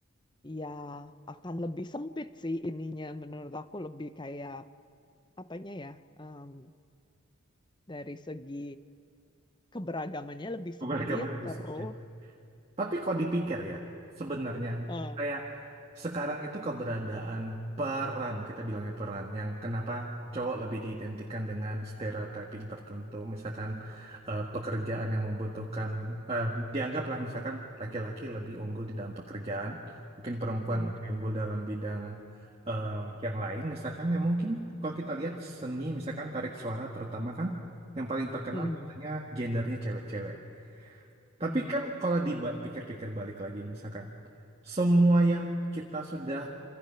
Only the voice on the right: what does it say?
<laughs>
Bagaimana lebih
sulit? Tapi kalau dipikir ya, sebenarnya
kayak sekarang itu keberadaan peran, kita bilangnya peran, yang kenapa cowok lebih diidentikan dengan stereotyping tertentu, misalkan eh, pekerjaan yang membutuhkan, eh, dianggaplah misalkan laki-laki lebih unggul di dalam pekerjaan, mungkin perempuan
lebih unggul dalam bidang eh, yang lain, misalkan ya mungkin kalau kita lihat seni, misalkan tarik suara terutama kan, yang paling terkenal
biasanya gendernya cewek-cewek. Tapi
kan kalau dipikir-pikir balik lagi misalkan semua yang kita sudah